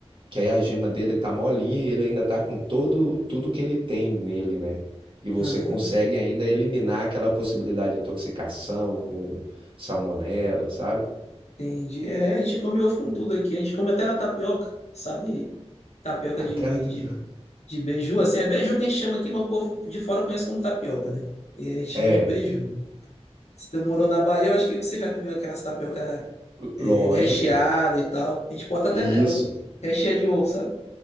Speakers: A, on the right; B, on the left.
A: que aí a gema dele tá molinha e ele ainda tá com todo tudo que ele tem nele, né? E você
B: Aham,
A: consegue ainda eliminar aquela possibilidade de intoxicação com salmonela, sabe?
B: entendi. É, a gente come ovo com tudo aqui. A gente come até na tapioca, sabe? Tapioca de,
A: Até na tapioca.
B: de, de beiju, assim. É beiju que a gente chama aqui, mas o povo de fora conhece como tapioca, né? E a gente chama
A: É,
B: de beiju. Se você morou na Bahia, eu acho que você já comeu aquelas tapioca é,
A: lógico.
B: recheada e tal. A gente bota até
A: Isso.
B: nela. Recheia de ovo, sabe?